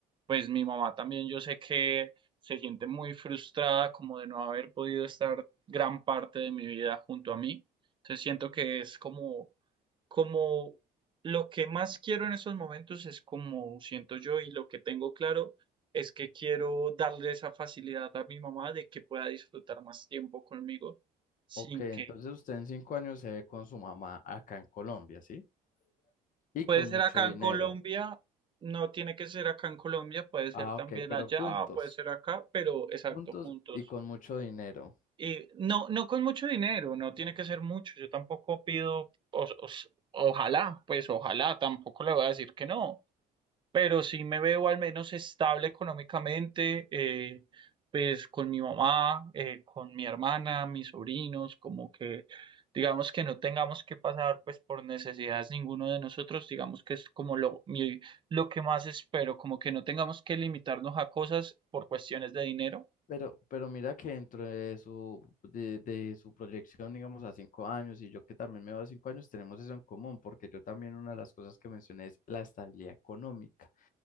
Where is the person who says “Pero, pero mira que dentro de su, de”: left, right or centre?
Left